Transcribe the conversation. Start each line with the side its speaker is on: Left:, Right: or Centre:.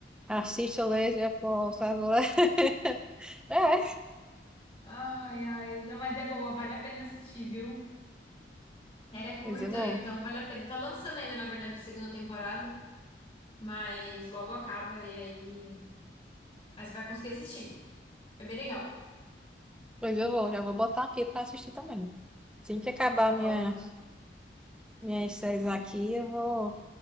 Centre: Assiste, eu leio, eu posso, eu leio. <laughs> É,
Left: Ai, ai, não, mas é boa, vale a pena assistir, viu? Ela é curta,
Centre: pois eu vou.
Left: então vale a pena. Tá lançando ainda, na verdade, a segunda temporada. mas logo acaba e aí. Mas você vai conseguir assistir. É bem legal.
Centre: Pois eu vou, já vou botar aqui pra assistir também. Assim que acabar
Left: Coloca.
Centre: minha, minhas séries aqui, eu vou